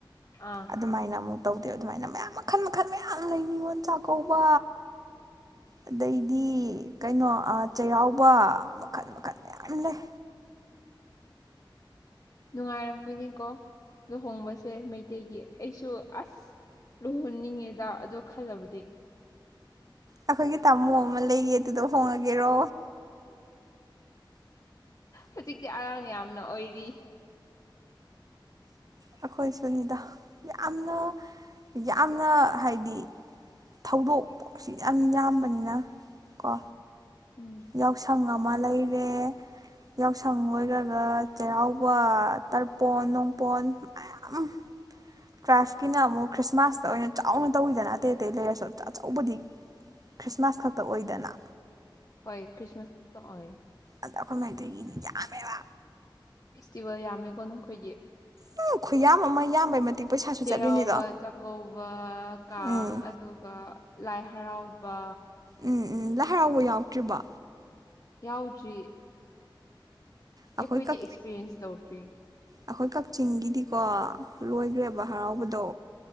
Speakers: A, on the left (about 45°); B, on the right (about 45°).
A: ꯑꯥ
B: ꯑꯗꯨꯃꯥꯏꯅ ꯑꯃꯨꯛ ꯇꯧꯗꯦ ꯑꯗꯨꯃꯥꯏꯅ ꯃꯌꯥꯝ ꯃꯈꯜ ꯃꯈꯜ ꯃꯌꯥꯝ ꯂꯩ ꯅꯤꯉꯣꯜ ꯆꯥꯛꯀꯧꯕ ꯑꯗꯩꯗꯤ ꯀꯩꯅꯣ ꯆꯩꯔꯥꯎꯕ ꯃꯈꯜ ꯃꯈꯜ ꯃꯌꯥꯝ ꯂꯩ
A: ꯅꯨꯡꯉꯥꯏꯔꯝꯒꯅꯤꯀꯣ ꯂꯨꯍꯣꯡꯕꯁꯦ ꯃꯩꯇꯩꯒꯤ ꯑꯩꯁꯨ ꯑꯁ ꯂꯨꯍꯣꯡꯅꯤꯡꯉꯦꯗ ꯑꯗꯣ ꯈꯜꯂꯕꯗꯤ
B: ꯑꯩꯈꯣꯏꯒꯤ ꯇꯥꯃꯣ ꯑꯃ ꯂꯩꯌꯦ ꯑꯗꯨꯗꯣ ꯍꯣꯡꯉꯒꯦꯔꯣ
A: ꯍꯧꯖꯤꯛꯇꯤ ꯑꯉꯥꯡ ꯌꯥꯝꯅ ꯑꯣꯏꯔꯤ
B: ꯑꯩꯈꯣꯏꯁꯨꯅꯤꯗ ꯌꯥꯝꯅ ꯌꯥꯝꯅ ꯍꯥꯏꯗꯤ ꯊꯧꯗꯣꯛꯄꯁꯤ ꯌꯥꯝ ꯌꯥꯝꯕꯅꯤꯅ ꯀꯣ
A: ꯎꯝ
B: ꯌꯥꯎꯁꯪ ꯑꯃ ꯂꯩꯔꯦ ꯌꯥꯎꯁꯪ ꯂꯣꯏꯔꯒ ꯆꯩꯔꯥꯎꯕ ꯇꯔꯄꯣꯟ ꯅꯨꯡꯄꯣꯟ ꯃꯌꯥꯝ ꯇ꯭ꯔꯥꯏꯐꯀꯤꯅ ꯑꯃꯨꯛ ꯈ꯭ꯔꯤꯁꯃꯥꯁꯇ ꯑꯣꯏꯅ ꯆꯥꯎꯅ ꯇꯧꯋꯤꯗꯅ ꯑꯇꯩ ꯑꯇꯩ ꯂꯩꯔꯁꯨ ꯑꯆꯧꯕꯗꯤ ꯈ꯭ꯔꯤꯁꯃꯥꯁ
A: ꯑꯣ
B: ꯈꯛꯇ ꯑꯣꯏꯗꯅ
A: ꯍꯣꯏ ꯈ꯭ꯔꯤꯁꯃꯥꯁ ꯈꯨꯛꯇ ꯑꯣꯏ
B: ꯑꯗ ꯑꯩꯈꯣꯏ ꯃꯩꯇꯩꯒꯤꯗꯤ ꯌꯥꯝꯃꯦꯕ
A: ꯐꯦꯁꯇꯤꯚꯦꯜ ꯌꯥꯝꯃꯦꯀꯣ ꯅꯈꯣꯏꯒꯤ
B: ꯎꯝ ꯈꯨꯌꯥꯝ ꯑꯃ ꯌꯥꯝꯕꯩ ꯃꯇꯤꯛ ꯄꯩꯁꯥꯁꯨ
A: ꯆꯩꯔꯥꯎꯕ
B: ꯆꯠꯂꯤꯅꯤꯗꯣ
A: ꯆꯥꯛꯀꯧꯕ ꯀꯥꯡ
B: ꯎꯝ
A: ꯑꯗꯨꯒ ꯂꯥꯏ ꯍꯔꯥꯎꯕ
B: ꯎꯝ ꯎꯝ ꯂꯥꯏ ꯍꯔꯥꯎꯕ ꯌꯥꯎꯛꯇ꯭ꯔꯤꯕ
A: ꯌꯥꯎꯗ꯭ꯔꯤ
B: ꯑꯩꯈꯣꯏ
A: ꯑꯩꯈꯣꯏꯗꯤ
B: ꯀꯛ
A: ꯑꯦꯛꯁꯄꯤꯔꯤꯌꯦꯟꯁ ꯇꯧꯗ꯭ꯔꯤ
B: ꯑꯩꯈꯣꯏ ꯀꯛꯆꯤꯡꯒꯤꯗꯤꯀꯣ ꯂꯣꯏꯈ꯭ꯔꯦꯕ ꯍꯔꯥꯎꯕꯗꯣ